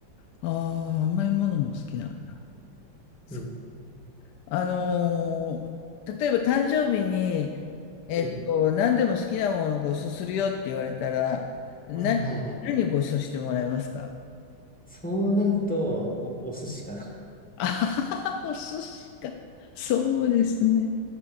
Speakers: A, on the left; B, in the centre.
A: ああ、甘いものも好きなんだ。そう
B: うん、
A: あのー例えば誕生日に、えっと、
B: うん。
A: 何でも好きなものをご馳走するよって言われたら、何、
B: ああ、はいはい。
A: 何をご馳走してもらえますか
B: そうなると、お、お寿司かな。<laughs>
A: あははお寿司 <laughs> か。そうですね。